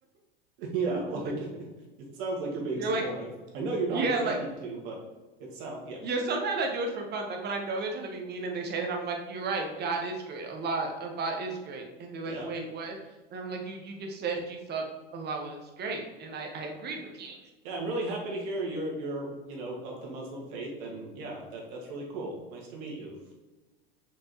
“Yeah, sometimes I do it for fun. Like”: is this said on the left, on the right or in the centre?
Right